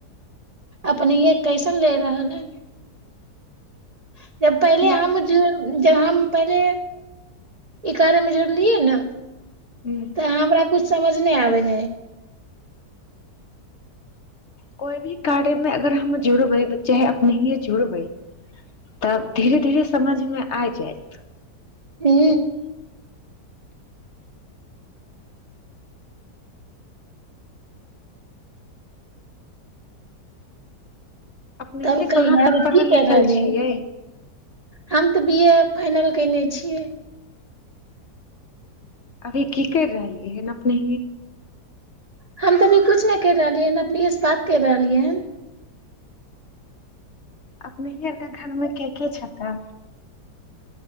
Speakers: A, on the right; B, on the left.
A: अपने य कैसन ले रहल है से पल
B: हमरा
A: आ जब हम पहिले ई कार्य मे जोड़लियै ने
B: ह
A: तऽ हमरा कुछ समझ अ आबन
B: कोइ भी कार्यमे अगर हम जुड़बै चाहे अपनेए जुड़बै तब धीरे धीरे समझमे आब जायत
A: हू
B: अपनेए
A: तब कहियै
B: कहाँ
A: आब
B: तक पढ़ल
A: की
B: लिखल
A: कहि रहलियै
B: छियै
A: हम तऽ बी ए फाइनल केने छियै
B: अभी की कर रहलियै है न अपने
A: हम तऽ अभी कुछ नहि कर रहलियै ह अपने से बात कर रहलियै ह
B: अपने हरके घरमे के के छ त